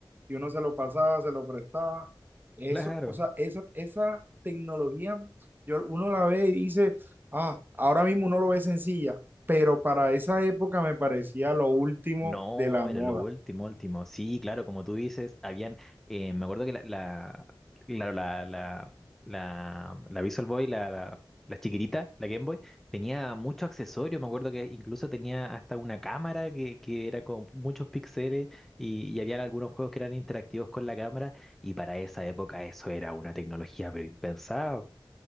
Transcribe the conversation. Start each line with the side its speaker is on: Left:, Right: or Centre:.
Right: y uno se lo pasaba, se lo prestaba. Eso,
Centre: Claro.
Right: o sea, esa, esa tecnología, yo, uno la ve y dice, ah, ahora mismo uno lo ve sencilla, pero para esa época me parecía lo último
Centre: No,
Right: de la moda.
Centre: era lo último, último. Sí, claro, como tú dices, habían, eh, me acuerdo que la, la, claro, la, la, la, la Visual Boy, la, la, la chiquitita, la Game Boy, tenía mucho accesorio. me acuerdo que incluso tenía hasta una cámara que, que era con muchos píxeles y, y habían algunos juegos que eran interactivos con la cámara y para esa época eso era una tecnología pero impensado.